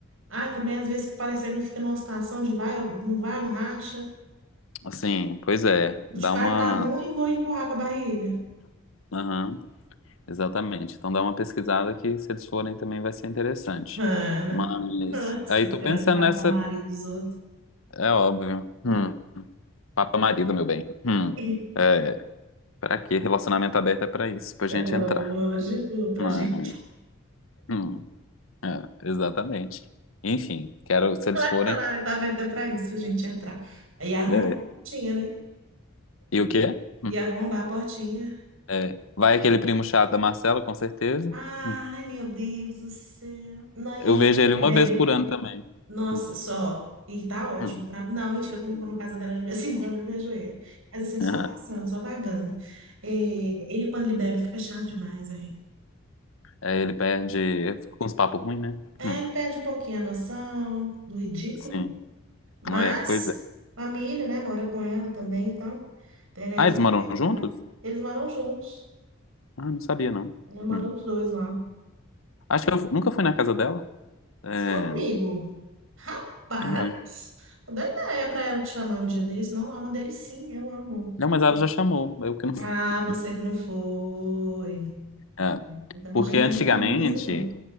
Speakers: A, on the right; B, on the left.
A: Ah, também às vezes parecendo que fica numa situação de vai, não vai, não racha.
B: assim, pois é,
A: O
B: dá
A: tipo,
B: uma,
A: ah, tá ruim, vou empurrar com a barriga.
B: aham. Exatamente. Então dá uma pesquisada que se eles forem também vai ser interessante.
A: Ana,
B: Mas
A: <laughs> você
B: aí tô
A: querendo
B: pensando
A: papar
B: nessa,
A: marido dos outros.
B: é óbvio. Hum, papa marido, meu bem.
A: <laughs>
B: Hum, é, para quê? Relacionamento aberto é para isso, pra
A: É
B: gente
A: lógico,
B: entrar.
A: pra
B: Mas,
A: gente.
B: hum, exatamente. Enfim, quero se eles
A: Relacionamento
B: forem.
A: aberto é pra isso, pra gente entrar. Aí arromba
B: é.
A: a portinha, né?
B: E o quê? Hum,
A: E arromba a portinha.
B: é. Vai aquele primo chato da Marcela, com certeza.
A: Ai,
B: Hum.
A: meu Deus do céu. Não,
B: Eu
A: e ele
B: vejo ele
A: bebe,
B: uma vez por ano também.
A: Nossa,
B: Hum.
A: só. E tá ótimo.
B: hum.
A: Pra... Não, mentira, quando eu vou na casa dela de vez em quando eu vejo ele. Mas assim, só
B: <laughs>
A: passando, só vagando. É, ele, quando ele bebe, fica chato demais, hein?
B: Aí ele perde, fica com uns papos ruins, né?
A: É,
B: Hum.
A: ele perde um pouquinho a noção do ridículo.
B: Sim,
A: Mas,
B: é, pois é.
A: família, né? Mora com ela também, então teremos
B: Ah, eles
A: que
B: moram
A: enfrentar.
B: juntos?
A: Eles moram juntos.
B: Ah, não sabia, não.
A: Eles moram
B: Hum.
A: os dois lá.
B: Acho que eu fu- nunca fui na casa dela. É,
A: Você é amigo? Rapaz!
B: não é.
A: Não dá ideia pra ela te chamar um dia desse. Não, lá é uma delicinha, eu amo.
B: Não, mas ela já chamou, eu que não
A: Ah,
B: fui. <laughs>
A: você que não foi.
B: É,
A: Então
B: porque
A: já vem
B: antigamente
A: com a mesa, não.